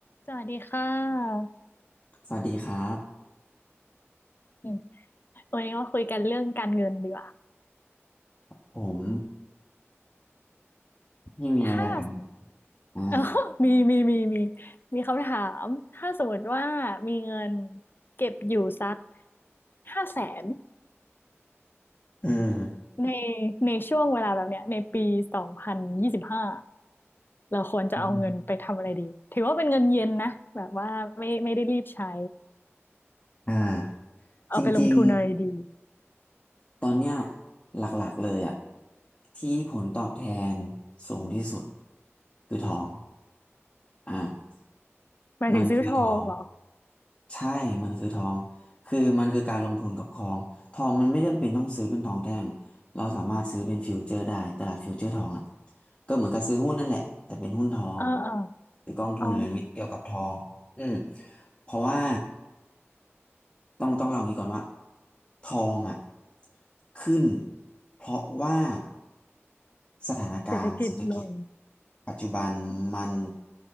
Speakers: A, on the left; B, on the left.
A: สวัสดีค่ะ
B: สวัสดีครับ
A: อืมวันนี้มาคุยกันเรื่องการเงินดีกว่า
B: ผมพี่มีอะไรอยากถาม
A: ถ้า <laughs>
B: อ่า
A: เออมีมีมีมีมีคำถามถ้าสมมติว่ามีเงินเก็บอยู่สักห้าแสน
B: เอืม
A: ในในช่วงเวลาแบบเนี้ยในปีสองพันยี่สิบห้าเราควรจะเอาเงินไปทำอะไรดีถือว่าเป็นเงินเย็นนะแบบว่าไม่ไม่ได้รีบใช้
B: อืมอ่า
A: เอาไปลงทุนอะไรดี
B: จริงๆตอนเนี้ยหลักๆเลยอะที่ผลตอบแทนสูงที่สุดคือทองอ่า
A: หมายถึงซื้อทองเหรอ
B: มันคือทอง ใช่มันคือทองคือมันคือการลงทุนกับทอง ทองมันไม่จำเป็นต้องซื้อเป็นทองแท่ง เราสามารถซื้อเป็นฟิวเจอร์ได้ตลาดฟิวเจอร์ทองอ่ะก็เหมือนกับซื้อหุ้นนั่นแหละแต่เป็นหุ้นทอง
A: อ่าอ่า
B: หรือกองทุนหรือเกี่ยวกับทองอืม
A: อ๋อ
B: เพราะว่า ต้องต้องเล่าอย่างนี้ก่อนว่าทองอ่ะขึ้นเพราะว่าสถานการณ์เศรษฐกิจ
A: เศรษฐกิจลง
B: ปัจจุบันมัน